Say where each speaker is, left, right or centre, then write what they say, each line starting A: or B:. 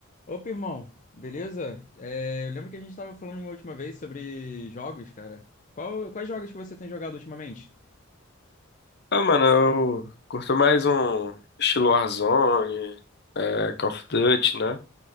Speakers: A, on the left; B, on the left.
A: Opa, irmão, beleza? É, eu lembro que a gente estava falando uma última vez sobre jogos, cara. Qual- quais jogos que você tem jogado ultimamente?
B: Ah, mano, eu curto mais um estilo Warzone, é, Call of Duty, né?